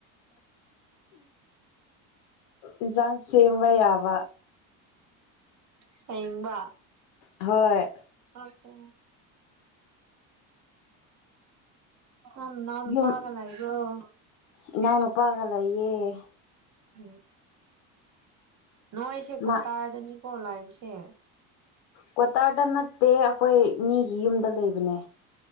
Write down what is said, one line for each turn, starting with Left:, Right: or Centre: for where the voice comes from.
Left: ꯏꯟꯁꯥꯡ ꯁꯦꯝꯕ ꯌꯥꯕ
Right: ꯁꯕ
Left: ꯍꯣꯏ
Right: ꯑꯣꯀꯦ ꯑ ꯅꯥꯅ‌ꯎ
Left: ꯌꯨꯝ
Right: ꯄꯥꯒꯂꯩ ꯕꯔ‌ꯣꯏꯣ
Left: ꯏꯅꯥꯎꯅꯨꯄꯥꯒ ꯂꯩꯌꯦ
Right: ꯍꯥ ꯅꯣꯏꯁꯦ
Left: ꯃꯥ
Right: ꯀꯣꯇꯥꯔꯅꯤꯀꯣ ꯂꯥꯛꯕꯁꯦ
Left: ꯀ꯭ꯋꯥꯇꯥꯔꯗ ꯅꯠꯇꯦ ꯑꯩꯈꯣꯏ ꯃꯤꯒꯤ ꯌꯨꯝꯗ ꯂꯩꯕꯅꯦ